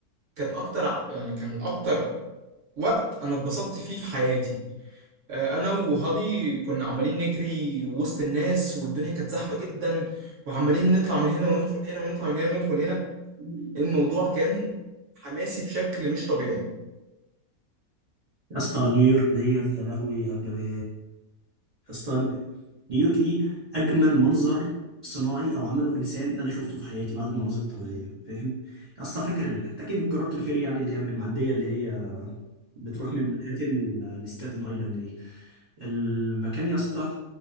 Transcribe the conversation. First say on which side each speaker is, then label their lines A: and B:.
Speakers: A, on the right; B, on the right.
A: كانت اكتر ع- يعني كان اكتر وقت انا اتبسطت فيه في حياتي آه، انا وهالي كنا عمالين نجري وسط الناس والدنيا كانت زحمة جدا وعمالين نطلع من هنا وندخل هنا ونطلع من هنا وندخل هنا
B: رخمه
A: الموضوع كان حماسي بشكل مش طبيعي
B: يا اسطى نيويورك دي يا لهوي على الجمال يا اسطى نيويورك دي اجمل منظر صناعي او عمله انسان انا شفته في حياتي بعد المناظر الطبيعيه فاهم يا اسطى فاكر ال- انت اكيد جربت الفيري يعني اللي هي المعديه اللي هي بتروح من منهاتن لستاتن ايلاند دي المكان يا اسطى